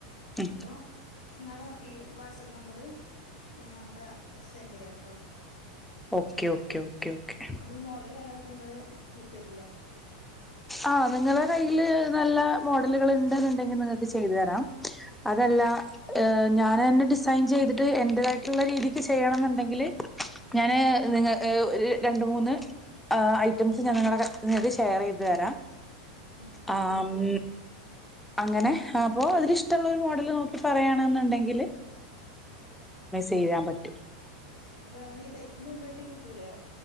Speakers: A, in the centre; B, on the left.
A: ഉം
B: അപ്പൊ നിങ്ങളെ ഈ വാട്സ്ആപ്പ് നമ്പറ് ഞങ്ങള് സെന്റ് ചെയ്യാട്ടോ
A: ഓക്കെ ഓക്കെ ഓക്കെ ഓക്കെ
B: അപ്പൊ മോഡല് കാര്യങ്ങളൊക്കെ നിങ്ങള് വിട്ടരില്ലേ
A: ആഹ നിങ്ങളുടെ കയ്ൽ നല്ല മോഡലുകൾ ഉണ്ടെന്നുണ്ടെങ്കിൽ നിങ്ങൾക്ക് ചെയ്തു തരാം അതല്ല
B: ആഹ്
A: ഞാനന്നെ സൈൻ ചെയ്തിട്ട് എന്റേതായിട്ടുള്ള രീതിക്ക് ചെയ്യണം എന്നുണ്ടെങ്കിൽ ഞാന് നിങ്ങ ഒരു രണ്ട് മൂന്ന് ഐറ്റംസ് ഞാൻ നിങ്ങളുടെ കയ്യി നിങ്ങക്കെ ഷെയർ ചെയ്ത് തരാം
B: ഉം ഉം
A: ആ മൂ അങ്ങനെ ഹപ്പോ അതില് ഇഷ്ട്ടൊള്ളൊരു മോഡല് നോക്കി പറയാണെന്നുണ്ടെങ്കിൽ ചെയ്യാൻ പറ്റും
B: അപ്പൊ നമ്മളീ ഡേറ്റിന്റെ മുമ്പായിട്ട് കിട്ട് ട്ടുലാ